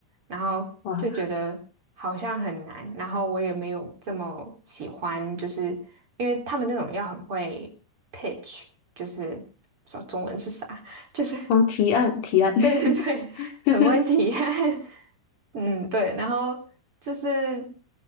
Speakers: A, on the right (about 35°); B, on the left (about 50°).
A: 然后就觉得好像很难，
B: 哇，
A: 然后我也没有这么喜欢，就是因为他们那种要很会 pitch，就是说中文是啥，<laughs> 就是
B: 帮提案提案。
A: 对对对，
B: <laughs>
A: 很会体验，嗯对，然后就是